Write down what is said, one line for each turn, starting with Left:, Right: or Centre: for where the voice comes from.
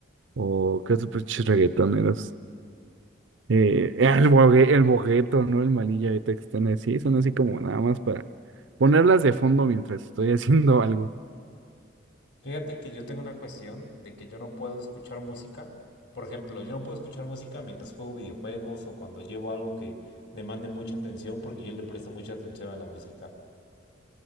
Right: o qué otros pinches reggaetoneros. Eh, el bogue- el bogueto, ¿no? El malilla de están así, son así como nada más para ponerlas de fondo mientras estoy <laughs> haciendo algo.
Left: Fíjate que yo tengo una cuestión de que yo no puedo escuchar música. Por ejemplo, yo no puedo escuchar música mientras juego videojuegos o cuando llevo algo que demande mucha atención porque yo le presto mucha atención a la música.